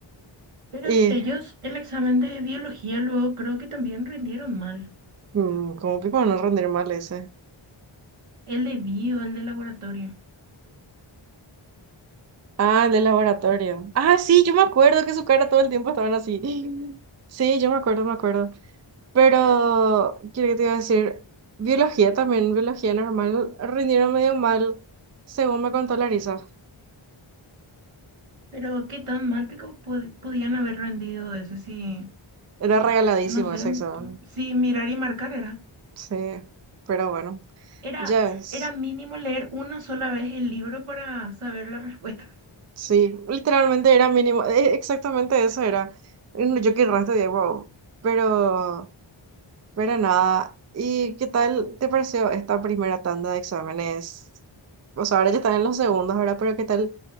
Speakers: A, on the right; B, on the right.
A: Pero
B: Y,
A: ellos, el examen de biología luego creo que también rindieron mal.
B: mm, ¿cómo pico no rendir mal ese?
A: El de bio, el de laboratorio.
B: Ah, el del laboratorio. Ah, sí, yo me acuerdo que su cara todo el tiempo estaban así. <gasps> Sí, yo me acuerdo, me acuerdo. Pero, quiero que te iba a decir, biología también, biología normal, rindieron medio mal, según me contó Larisa.
A: Pero qué tan mal pico pod- podían haber rendido ese si,
B: Era
A: r-
B: regaladísimo
A: no sé,
B: ese
A: m-
B: examen.
A: si mirar y marcar era.
B: Sí, pero bueno,
A: Era,
B: ya ves.
A: era mínimo leer una sola vez el libro para saber la respuesta.
B: Sí, literalmente era mínimo, eh, exactamente eso era. Mm, Yo qué resto de wow. Pero... Pero nada, ¿y qué tal te pareció esta primera tanda de exámenes? O sea, ahora ya están en los segundos, ahora, pero ¿qué tal